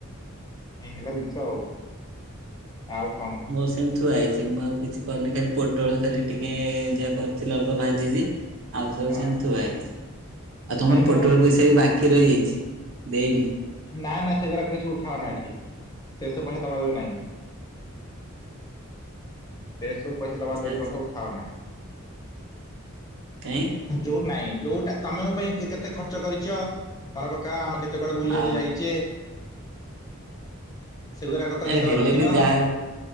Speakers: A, on the left; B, on the right.
A: ଏଇ ହେଲା ଜିନିଷ ଆଉ, ଆଉ କଣ?
B: ମୋର ସେମ୍ ଥୁଆଇଛି ମୁଁ ଆଉ କିଛି କରିନି ଖାଲି ପୋଟଳ ଖାଲି ଟିକେ-ଏ ଯା କର୍ <unintelligible> ଭାଜିଚି ଆଉ ସବୁ
A: ହଁ
B: ସେମତି ଥୁଆ ହେଇଚି। ଆଉ ତମର
A: ନାଇଁ ମୋର
B: ପୋଟଳ ପଇସା ବି ବାକି ରହିଯାଇଛି ଦେଇନି।
A: ନା ନା ସେଗୁଡ଼ାକ କିଛି ଉଠାଅନା ଏଠି ସେଇ ସବୁ ପଇସା ଦେବା ଦେବି ନାହିଁ। ସେଇ ସବୁ ପଇସା
B: ଆଚ୍ଛା
A: ଦେବା ଦେବି
B: ଆଚ୍ଛା
A: କଥା ଉଠାଅନା।
B: <inaudible>
A: ଯୋଉ ନାଇଁ ଯୋଉଟା ତମେ ମୋ ପାଇଁ କେ-କେତେ ଖର୍ଚ୍ଚ କରିଚ। ମନେ ପକା ଆମେ କେତେ କୁଆଡେ ବୁଲିବାକୁ
B: ଆଉ
A: ଯାଇଚେ? ସେଗୁଡାକ ତ
B: ଏ
A: ହିସାବ
B: ହେଲେ
A: ରଖିନ
B: ବି ଯାହା